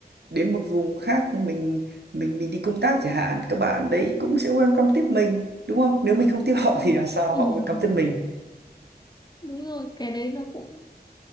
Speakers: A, on the right; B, on the left.
A: đến một vùng khác mình mình mình đi công tác chẳng hạn các bạn đấy cũng sẽ welcome tiếp mình đúng không nếu mình không
B: đúng
A: tiếp họ
B: rồi
A: thì làm sao
B: <laughs>
A: họ welcome tiếp mình
B: đúng rồi cái đấy nó cũng